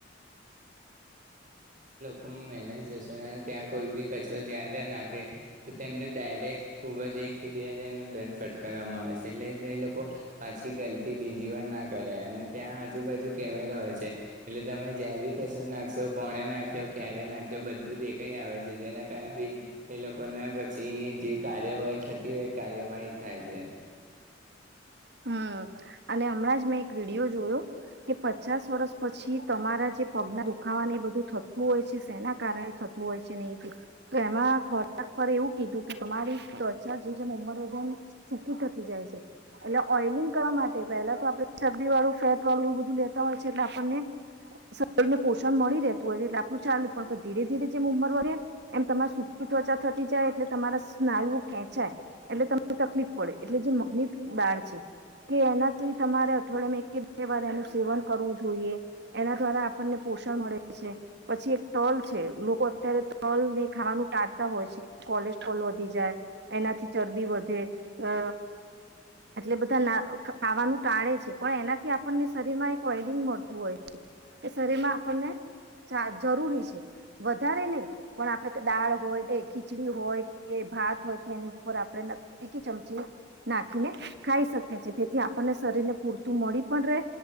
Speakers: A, on the right (about 45°); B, on the right (about 60°).
A: મહેનત જશો ત્યાં કોઈ બી કચરો જ્યાં ત્યાં નાખે તો તેમને ડાયરેક્ટ ખૂબ જ એક કે બે હજાર નો દંડ ફટકારવામાં આવે છે, એટલે તો એ લોકો પાછી ગલતી બીજી વાર ના કરે અને ત્યાં આજુબાજુ કેમેરા હોય છે, એટલે તમે જ્યાં બી કચરો નાખશો, કોણે નાખ્યો ક્યારે નાખ્યો બધું દેખાય આવે છે, જેના કારણથી એ લોકોના પછી જે કાર્યવાહી થતી હોય એ કાર્યવાહી થાય છે.
B: હા, હમ અને અમણાં જ મેં એક વિડીયો જોયો, કે પચાસ વર્ષ પછી તમારા જે પગના દુખાવા એ બધું થતું હોય છે સેના કારણે થતું હોય છે, ને એ તે એમાં ખોરાક પર એવું કીધું કે તમારી ત્વચા જેમ જેમ ઉમર વધે એમ ટુકી જાય છે. <unintelligible> એટલે જે મગ્ની દાળ છે, કે એનાથી તમારે અઠવાડિયામાં એક કે બે વાર એનું સેવન કરવું જોઈએ, એના દ્વારા આપણને પોષણ મળે છે, પછી એક તલ છે લોકો અત્યારે તલ ને ખાવાનું ટાળતા હોય છે, કોલેસ્ટ્રોલ વધી જાય, એનાથી ચરબી વધે અ એટલે બધા ના ખાવાનું ટાળે છે, પણ એનાથી આપણને શરીરમાં એક ઓઈલિંગ મળતું હોય છે, કે શરીરમાં આપણને જરૂરી છે, વધારે નહી પણ આપણે દાળ હોય કે ખીચડી હોય કે ભાત હોય કે એની ઉપર આપણે એક નાખીને ખાઈ શકે છે તેથી આપણને શરીર ને પૂરતું મળી પણ રહે,